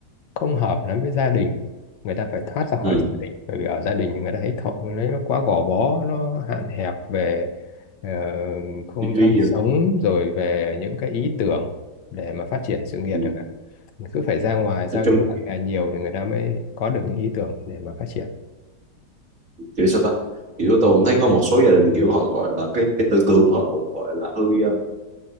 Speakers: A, on the left; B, on the right.
A: không hợp lắm với gia đình người ta phải thoát ra khỏi
B: ừ
A: gia đình bởi vì ở gia đình người ta thấy thọ người nó quá gò bó nó hạn hẹp về ờ, không
B: Tôi chú
A: gian
B: ý gì
A: sống rồi về những cái ý tưởng để mà phát triển sự nghiệp
B: ừ.
A: chẳng hạn cứ phải ra ngoài giao
B: Nói chung
A: lưu bạn bè nhiều thì người ta mới có được những ý tưởng để mà phát triển
B: kiểu sao ta kiểu tôi cũng thấy có một số gia đình kiểu họ gọi là cái cái tư tưởng họ cũng gọi là hơi um,